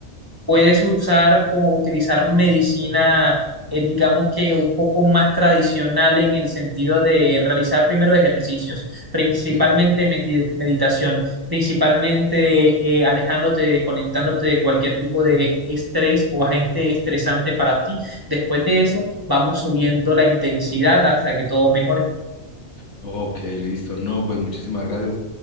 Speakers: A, on the right; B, on the left.
A: puedes usar como utilizar medicina, eh, digamos que un poco más tradicional en el sentido de realizar primero ejercicios, principalmente
B: Sí.
A: meti- meditación, principalmente eh, alejándote, desconectándote de cualquier tipo de estrés o agente estresante para ti. Después de eso, vamos subiendo la intensidad hasta que todo mejore.
B: Ok, listo. No, pues muchísimas gracias.